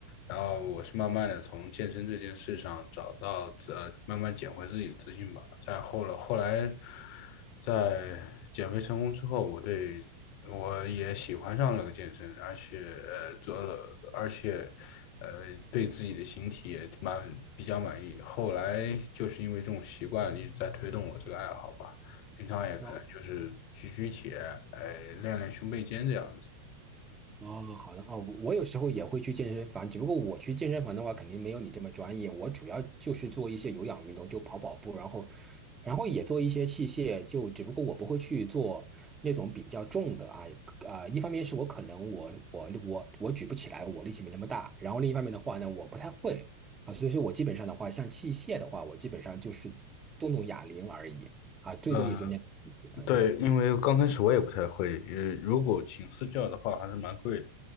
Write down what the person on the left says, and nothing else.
然后我是慢慢的从健身这件事上找到呃，慢慢捡回自己的自信吧。再后来，后来在减肥成功之后，我对我也喜欢上了个健身，而且呃做了，而且呃对自己的形体也蛮比较满意。后来就是因为这种习惯一直在推动我这个爱好吧，平常也可能就是举举铁，
哎、练练胸背肩这样子。
嗯，
对，
因为刚开始我也不太会，呃，如果请私教的话还是蛮贵的。